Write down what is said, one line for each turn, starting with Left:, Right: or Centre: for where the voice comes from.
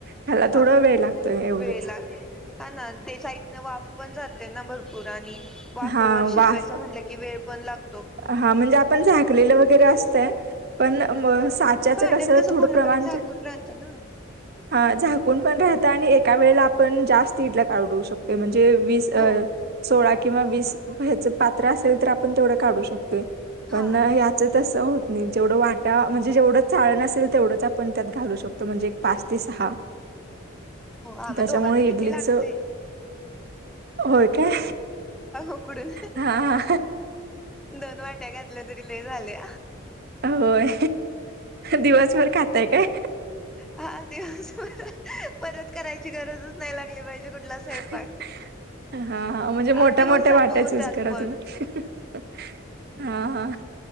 Right: ह्याला
Centre: हा
Right: थोडा वेळ लागतोय एवढंच
Centre: वेळ लागणार, हा ना ते साईडने वाफ पण जाते ना भरपू -- पुर आणि वाफेवर
Right: हा
Centre: शिजवायचं
Right: वाफ
Centre: म्हटलं की वेळ पण लाग --
Right: हा. म्हणजे आपण झाकलेलं वगैरे अस -- तयं. पण
Centre: हम्म
Right: साचाचं
Centre: भांड्यात
Right: कसं थोड
Centre: पूर्णपणे
Right: प्रमाण,
Centre: झाकून राहतं ना.
Right: हा झाक झाकुन पण राहत आणि एका वेळेला आपण जास्त इडल्या काढू शकतो, म्हणजे वीस,
Centre: हो
Right: सोळा- - किंवा वीस ह्याच पात्र असेल तर आपण तेवढं -- काढू शकतो.
Centre: हा
Right: पण
Centre: ते
Right: याच तस हो जेवढं वाटा म्हणजे जेवढं चाळन असेल तेवढंच आपण त्यात घालू शकतो. तो म्हणजे एक
Centre: हो
Right: पाच ते सहा.
Centre: हो आणि
Right: त्याच्यामुळे
Centre: दोघांना किती
Right: इडलीचं
Centre: लागतेय
Right: होय काय,
Centre: उकडून.
Right: हा
Centre: दोन वाट्या घातले तरी लय झाले झाले
Right: होय दिवसभर खाताय काय
Centre: हा दिवस परत करायची गरजच नाही लागली पाहिजे कुठलाच स्वयंपाक,
Right: हा म्हणजे मोठ्या
Centre: हा दिवस
Right: मोठ्या
Centre: जातो
Right: वाट्या
Centre: हो
Right: चूज
Centre: त्यात
Right: करा
Centre: पण
Right: तुम्ही. हा हा